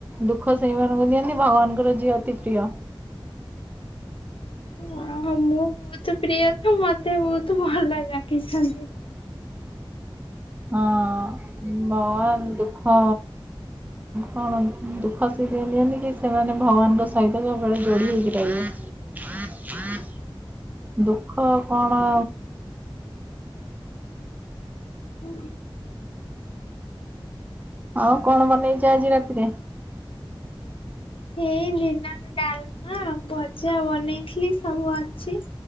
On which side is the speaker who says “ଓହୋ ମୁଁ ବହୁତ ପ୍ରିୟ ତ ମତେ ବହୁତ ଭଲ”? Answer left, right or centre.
Left